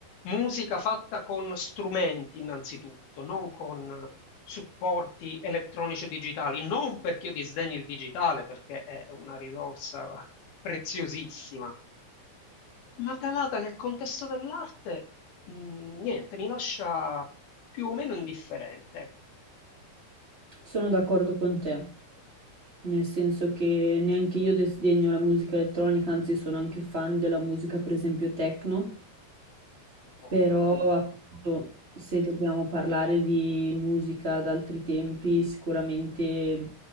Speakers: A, on the left (about 65°); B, on the right (about 20°).
A: Musica fatta con strumenti innanzitutto, non con supporti elettronici o digitali, non perché io disdegni il digitale, perché è una risorsa <laughs> preziosissima, ma calata nel contesto dell'arte, mh, niente, mi lascia più o meno indifferente, ecco.
B: Sono d'accordo con te, nel senso che neanche io disdegno la musica elettronica, anzi sono anche fan della musica, per esempio, techno,
A: Ok.
B: però appunto se dobbiamo parlare di musica ad altri tempi, sicuramente